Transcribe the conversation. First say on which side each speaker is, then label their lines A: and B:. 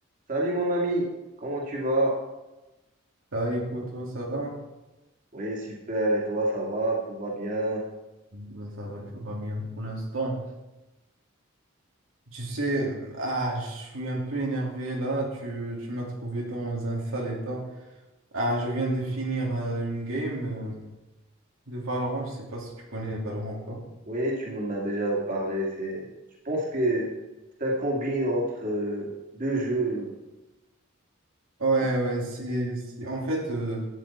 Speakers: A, on the right; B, on the right.
A: Salut mon ami, comment tu vas?
B: Salut les potos, ça va?
A: Oui, super, et toi, ça va? Tout va bien?
B: Ouais, ça va, tout va bien pour l'instant. Tu sais, ah, je suis un peu énervé là, tu, tu m'as trouvé dans un sale état. Ah, je viens de finir euh, une game euh, de Valorant, je sais pas si tu connais Valorant ou pas.
A: Oui, tu m'en as déjà parlé. C'est, je pense que c'est un combine entre euh, deux jeux,
B: Ouais,
A: je
B: ouais,
A: pense.
B: c'est c'est- en fait euh,